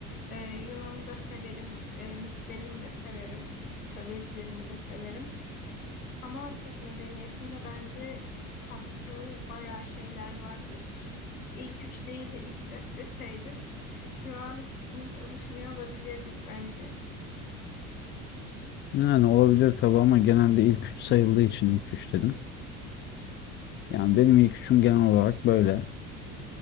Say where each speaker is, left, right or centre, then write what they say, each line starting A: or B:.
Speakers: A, on the left; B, on the left.
A: E, Yunan'ı da severim. E, mitlerini de severim. Mitolojilerini de severim. Ama Türk medeniyetinde bence kattığı bayağı şeyler vardır. İlk üç değil de ilk dört deseydin e, şu an bunu konuşmuyor olabilirdik bence.
B: Yani olabilir tabii ama genelde ilk üç sayıldığı için ilk üç dedim. Yani benim ilk üçüm genel olarak böyle.